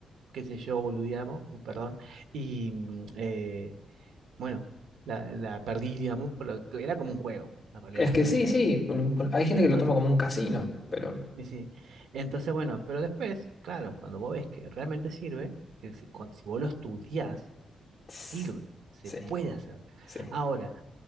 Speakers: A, on the right; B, on the left.
A: qué sé yo, boludeamos, uh, perdón. Y mm, eh, bueno, la, la perdí, digamos, pero que era como un juego, en realidad,
B: Es que
A: ¿viste?
B: sí, sí. Hay gente
A: Entonces,
B: que lo toma como un casino, pero...
A: y sí. Entonces, bueno, pero después, claro, cuando vos ves que realmente sirve, que si, cuando- si vos lo estudiás,
B: tss,
A: sirve. Se
B: Sí,
A: puede hacer.
B: sí,
A: Ahora,